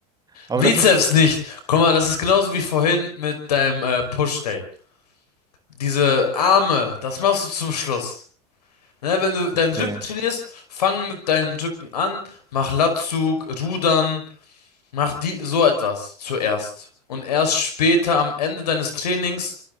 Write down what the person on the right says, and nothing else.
Aber
das ist
okay.